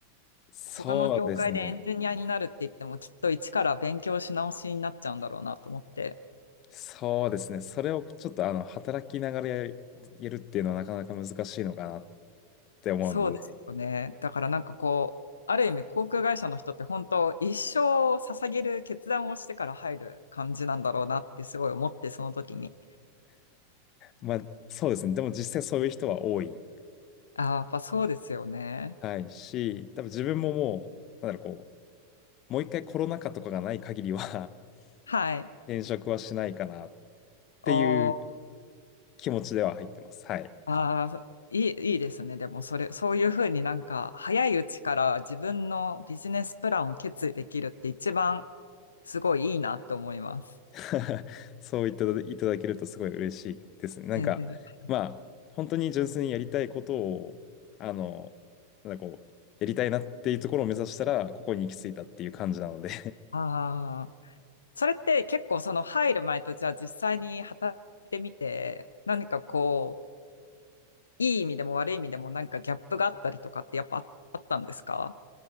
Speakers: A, on the left; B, on the left.
A: そうですね。
B: 他の業界でエンジニアになるって言っても、きっと一から勉強し直しになっちゃうんだろうなと思って。
A: そうですね。それをちょっと、あの、働きながらやるやるっていうのはなかなか難しいのかなって思うので、
B: そうですよね。だからなんかこう、ある意味航空会社の人って本当一生を捧げる決断をしてから入る感じなんだろうなってすごい思ってその時に。
A: まあそうですね。でも実際そういう人は多い。
B: ああ、やっぱそうですよね。
A: はい。し、多分自分ももう、なんだろう、こう、もう一回コロナ禍とかがない限りは
B: はい。
A: 転職はしないかなっ
B: おー、
A: ていう気持ちでは入ってます。はい。
B: あー、いい、いいですね。でも、それ、そういうふうになんか、早いうちから自分のビジネスプランを決意できるって一番すごいいいなって思います。
A: <laughs> そう言っていただけるとすごい嬉しいですね。なんか、
B: 全然です。
A: まあ、本当に純粋にやりたいことを、あの、なんかこう、やりたいなっていうところを目指したら、ここに行き着いたっていう感じなので
B: ああ、それって結構その入る前とじゃあ実際に働いてみて、何かこう、いい意味でも悪い意味でもなんかギャップがあったりとかってやっぱああったんですか